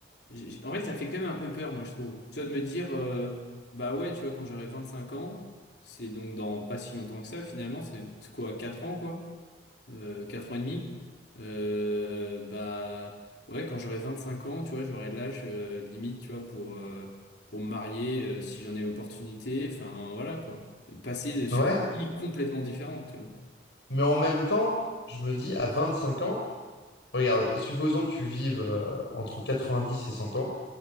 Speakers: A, on the left; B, on the left.
A: J'ai- j'ai- En fait, ça fait quand même un peu peur, moi, je trouve. Tu vois, de me dire, euh, bah ouais, tu vois, quand j'aurai 25 ans, c'est donc dans pas si longtemps que ça, finalement, c'est c'est quoi, 4 ans, quoi, euh, 4 ans et demi. Euh, bah ouais, quand j'aurai 25 ans, tu vois, j'aurai l'âge euh, limite, tu vois, pour, euh, pour me marier euh, si j'en ai l'opportunité. Enfin, voilà, quoi. Passer de- sur
B: euh, ouais.
A: une vie complètement différente, tu vois.
B: Mais en même temps, je me dis, à 25 ans, regarde, supposons que tu vives euh, entre dix et 100 ans,